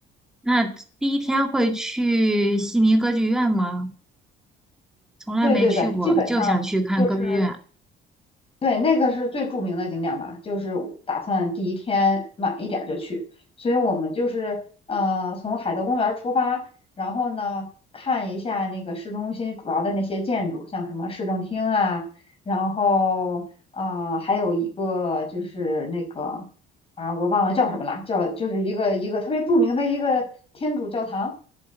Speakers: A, in the centre; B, on the left (about 30°).
A: 那第一天会去悉尼歌剧院吗？从来没去过，
B: 对对对，基本上就是
A: 就想去看歌剧院。
B: 对，那个是最著名的景点吧，就是打算第一天晚一点就去，所以我们就是呃从海德公园出发，然后呢看一下那个市中心主要的那些建筑，像什么市政厅啊，然后啊呃还有一个就是那个啊我忘了叫什么了，叫就是一个一个特别著名的一个天主教堂，